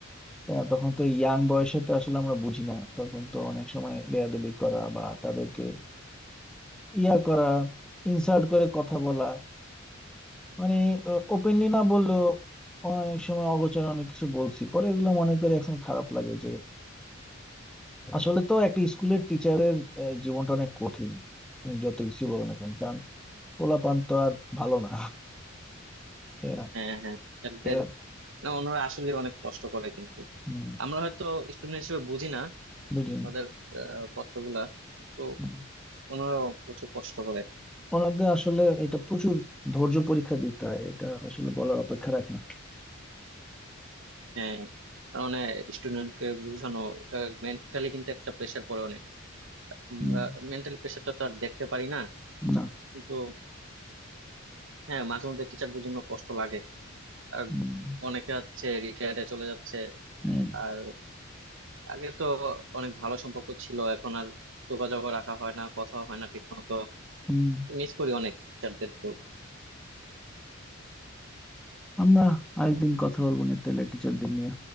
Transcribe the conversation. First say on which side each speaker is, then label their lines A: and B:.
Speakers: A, in the centre; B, on the right.
A: আহ, তখন তো ইয়াং বয়সে তো আসলে আমরা বুঝি না তখন তো অনেক সময় বেয়াদবি করা বা তাদেরকে ইয়া করা ইনসাল্ট করে কথা বলা মানে ওপেনলি না বললেও অনেক সময় অগোচরে অনেক কিছু বলছি পরে এগুলো মনে করে এখন খারাপ লাগে যে আসলে তো একটা স্কুলের টিচারের জীবনটা অনেক কঠিন তুমি যত কিছু বলো না কেন কারণ পোলাপান তো আর ভালো না তাই না
B: হ্যাঁ হ্যাঁ টিচারদের
A: এরা
B: না ওনারা আসলে অনেক কষ্ট করে কিন্তু
A: হম
B: আমরা হয়তো স্টুডেন্ট হিসেবে বুঝি না
A: বুঝি
B: ওনাদের আহ, কষ্টগুলা তো
A: না।
B: ওনারাও প্রচুর কষ্ট করে
A: ওনাদের আসলে এটা প্রচুর ধৈর্য পরীক্ষা দিতে হয় এটা আসলে বলার অপেক্ষা রাখে না
B: হ্যাঁ তার মানে স্টুডেন্টকে বোঝানো এটা মেন্টালি কিন্তু একটা প্রেশার পড়ে অনেক আমরা
A: হুম,
B: মেন্টালি প্রেশারটা তো আর দেখতে পারি না
A: না
B: কিন্তু হ্যাঁ মাঝে মধ্যে টিচারদের জন্য কষ্ট লাগে আর
A: হুম,
B: অনেকে হচ্ছে রিটায়ারে চলে যাচ্ছে
A: হ্যাঁ,
B: আর আগে তো অনেক ভালো সম্পর্ক ছিল এখন আর যোগাযোগ রাখা হয় না কথা হয় না ঠিক মতো
A: হুম।
B: মিস করি অনেক টিচারদেরকে
A: আমরা আরেকদিন কথা বলবো না টেলের টিচারদের নিয়ে